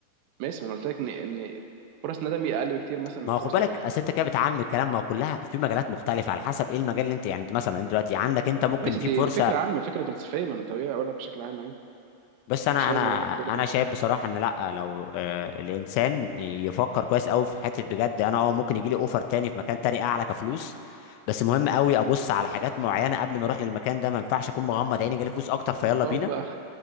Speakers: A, on the right; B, on the left.
A: ماشي ما انا قلت لك ان ان فرص ندمي اقل بكتير مثلا من
B: ما هو
A: فرص
B: خد بالك
A: نجاح
B: اصل انت كده بتعمم الكلام ما هو كلها في مجالات مختلفه على حسب ايه المجال اللي انت يعني انت مثلا انت دلوقتي عندك انت ممكن
A: ماشي
B: في
A: دي,
B: فرصه
A: دي فكره عامه فكره فلسفيه ما انا طبيعي اقولها بشكل عام عادي
B: بس انا
A: مش لازم
B: انا
A: اقول لك كل التفاصيل
B: انا شايف بصراحه ان لا لو آه، الانسان يفكر كويس قوي في حته بجد انا اه ممكن يجي لي اوفر تاني في مكان تاني اعلى كفلوس بس مهم قوي ابص على حاجات معينه قبل ما اروح للمكان ده ما ينفعش اكون مغمض عيني جالي فلوس اكتر فيلا
A: اقعد
B: بينا
A: بقى